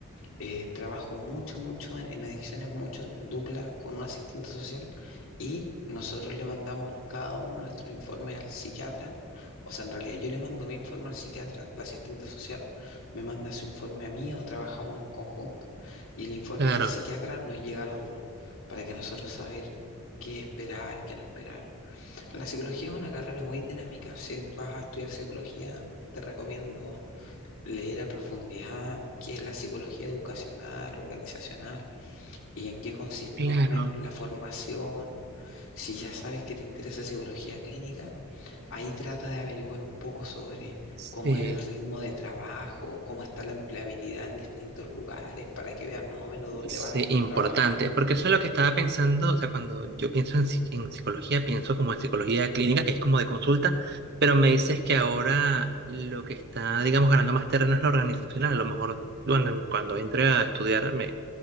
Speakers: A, on the left; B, on the right.
A: eh, trabajo mucho, mucho en, en adicciones, mucho en dupla con un asistente social y nosotros le mandamos cada uno nuestros informes al psiquiatra. O sea, en realidad yo le mando mi informe al psiquiatra, la asistente social me manda su informe a mí o trabajamos en conjunto. Y el informe
B: claro,
A: del psiquiatra nos llega a los dos para que nosotros saber qué esperar, qué no esperar. La psicología es una carrera muy dinámica. Si vas a estudiar psicología, te recomiendo leer a profundidad qué es la psicología educacional, organizacional y en qué consiste
B: claro,
A: más o menos la formación. Si ya sabes que te interesa psicología clínica, ahí trata de averiguar un poco sobre
B: sí.
A: cómo es el ritmo de trabajo, cómo está la empleabilidad en distintos lugares, para que veas más o menos dónde
B: Sí,
A: vas a estar
B: importante,
A: trabajando
B: porque eso es lo que estaba pensando, o sea, cuando yo pienso en, psi- en psicología, pienso como en psicología clínica, que es como de consulta, pero me dices que ahora lo que está, digamos, ganando más terreno es lo organizacional, a lo mejor cuando, cuando entre a estudiar me,